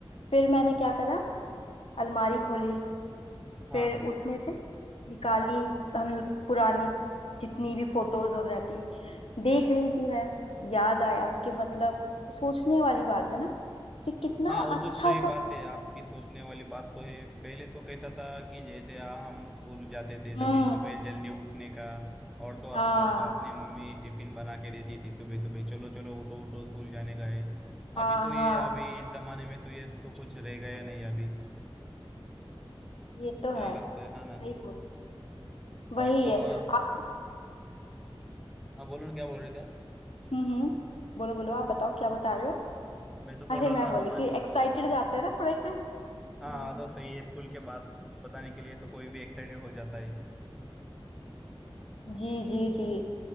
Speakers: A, on the left; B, in the centre.
A: फिर मैंने क्या करा अलमारी खोली
B: हाँ
A: फिर उसमें से निकाली हम पुरानी जितनी भी फोटोज वगैरह थी देख रही थी मैं याद आया कि मतलब सोचने वाली बात है ना कि कितना
B: हाँ वो
A: अच्छा
B: तो सही
A: सा
B: बात है आपकी सोचने वाली बात तो है पहले तो कैसा था कि जैसे आ, हम स्कूल जाते थे
A: हम्म
B: तभी सुबह जल्दी उठने का और तो और
A: हाँ
B: हमारे को अपनी मम्मी टिफिन बना के देती थी सुबह सुबह चलो चलो उठो उठो स्कूल जाने का है
A: हाँ
B: अभी तो ये
A: हाँ
B: अभी इस जमाने में तो ये तो कुछ रह गया नहीं अभी
A: ये तो
B: क्या
A: है
B: लगता है हाँ
A: सही
B: ना
A: बोल रहे हो। वही
B: और तो
A: है
B: और
A: आपको
B: हाँ बोलो ना, क्या बोल रहे थे आप
A: हम्म हम्म बोलो बोलो आप बताओ क्या बता रहे हो
B: मैं तो बोल
A: अरे
B: रहा
A: मैं
B: था
A: बोली
B: हमारे
A: थी एक्साइटेड जाते हैं ना थोड़े से हम्म
B: हाँ तो सही है स्कूल के बाद बताने के लिए तो कोई भी एक्साइटेड हो जाता है
A: जी जी जी